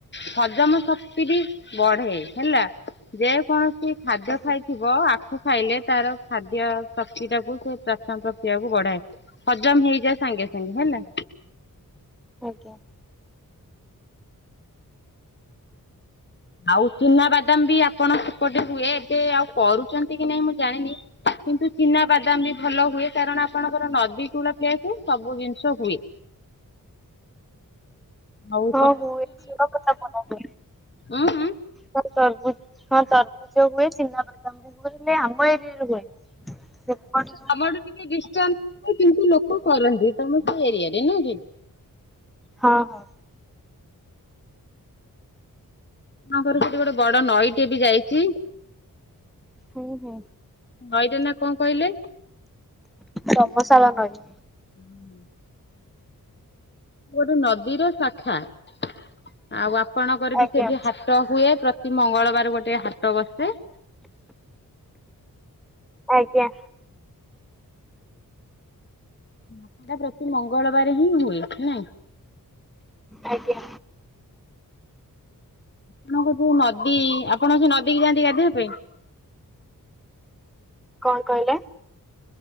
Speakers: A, on the left (about 30°); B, in the centre.
A: ହଜମ ଶକ୍ତି ବି ବଢେ ହେଲା। ଯେ କୌଣସି ଖାଦ୍ୟ
B: ଆଜ୍ଞା
A: ଖାଇଥି ବ ଆଖୁ ଖାଇଲେ ତାର ଖାଦ୍ୟ ଶକ୍ତିଟାକୁ ସେ ପ୍ରସନ ପ୍ରକ୍ରିୟା କୁ ବଢାଏ। ହଜମ୍ ହେଇଯାଏ ସାଙ୍ଗେ ସାଙ୍ଗେ ହେଲା।
B: ଆଜ୍ଞା।
A: ଆଉ ଚିନାବାଦାମ ବି ଆପଣ ସେପଟେ ହୁଏ ଏବେ ଆଉ କରୁଚନ୍ତି କି ନାଇଁ ମୁଁ ଜାଣିନି? କିନ୍ତୁ ଚିନା ବାଦାମ ବି ଭଲ ହୁଏ କାରଣ ଆପଣଙ୍କର ନଦୀ କୁଳ ପ୍ଲେସ ସବୁ ଜିନିଷ ହୁଏ। ଆଉ
B: ହଁ ହୁଏ <unintelligible> ହୁଏ।
A: ଉହୁଁ।
B: ହଁ ତରଭୁଜ ହଁ ତରଭୁଜ ହୁଏ ଚିନା ବାଦାମ ବି ହୁଏ ହେଲେ ଆମ ଏରିଆରେ ହୁଏନି। ସେପଟେ ଯୋଉ
A: ଆମ ଆଡ଼େ ଟିକେ ଡିାନ୍ସ କିନ୍ତୁ ଲୋକ କରନ୍ତି ତମ ସେ ଏରିଆରେ ନୁଁ କି?
B: ହଁ ହଁ।
A: ଆମର ସେଠି ଗୋଟେ ବଡ଼ ନଈଟିଏ ବି ଯାଇଚି।
B: ହୁଁ ହୁଁ।
A: ନଈ ର ନା କଣ କହିଲେ?
B: ସମ ସାଳ ନଈ।
A: ହୁଁ। ଗୋଟେ ନଦୀର ଶାଖା ଆଉ ଆପଣଙ୍କର
B: ଆଜ୍ଞା
A: ବି ସେଠି ହାଟ ହୁଏ ପ୍ର ତି ମଙ୍ଗଳବାର ଗୋଟେ ହାଟ ବସେ।
B: ଆଜ୍ଞା।
A: ହଟଟା ପ୍ରତି ମଙ୍ଗଳବାରେ ହିଁ ହୁଏ ନାଇଁ?
B: ଆଜ୍ଞା।
A: ଆପଣଙ୍କ ଯୋଉ ନଦୀ ଆପଣ ଯୋଉ ନଦୀ କିି ଯାଆନ୍ତି ଗାଧୋଇବା ପାଇଁ?
B: କଣ କହିଲେ?